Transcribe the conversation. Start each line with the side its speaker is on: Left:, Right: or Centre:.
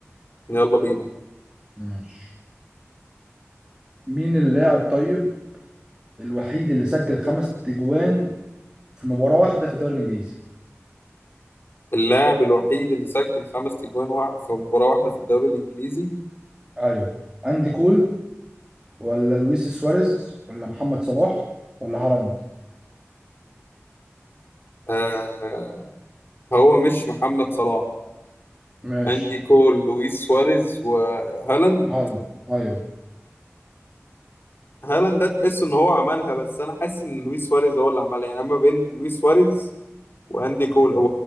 Left: يلا بينا
Right: ماشي مين اللاعب طيب الوحيد اللي سجل خمس اجوان في مباراة واحدة في الدوري الانجليزي
Left: اللاعب الوحيد اللي سجل خمس تجوان وع- في مباراة واحدة في الدوري الإنجليزي
Right: ايوه اندي كول ولا لويس سواريز ولا محمد صلاح ولا هالاند
Left: آه، هو مش محمد صلاح
Right: ماشي
Left: أندي كول لويس سواريز وهالاند
Right: هالاند ايوه
Left: هالاند ده تحس ان هو عملها بس انا حاسس ان لويس سواريز هو اللي عملها يعني اما بين لويس سواريز واندي كول و...